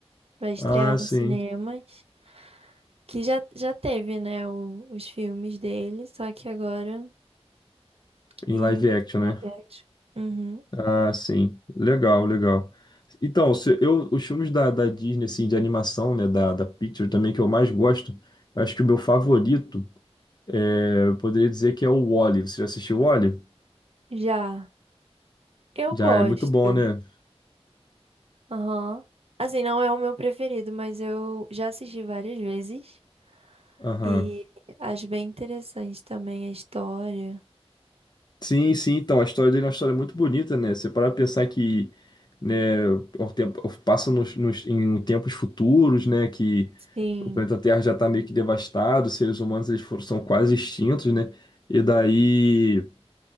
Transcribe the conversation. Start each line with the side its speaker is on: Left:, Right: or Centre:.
Right: Vai estrear
Left: Ah,
Right: nos
Left: sim.
Right: cinemas. Que já, já teve, né, o- os filmes dele, só que agora
Left: Em
Right: em
Left: live action,
Right: live
Left: né?
Right: action. Uhum.
Left: Ah, sim. Legal, legal. Então, se eu, os filmes da, da Disney, assim, de animação, né, da, da Pixar também, que eu mais gosto, acho que o meu favorito, é, eu poderia dizer que é o Wall-E. Você já assistiu o Wall-E?
Right: Já. Eu
Left: Já
Right: gosto.
Left: é muito bom, né?
Right: Aham. Assim, não é o meu preferido, mas eu já assisti várias vezes.
Left: Aham.
Right: E acho bem interessante também a história.
Left: Sim, sim, então, a história dele é uma história muito bonita, né? Você para pra pensar que, né, o tempo, passa nos, nos- em tempos futuros, né, que
Right: Sim,
Left: o planeta Terra já está meio que devastado, os seres humanos, eles foram, são quase extintos, né? E daí...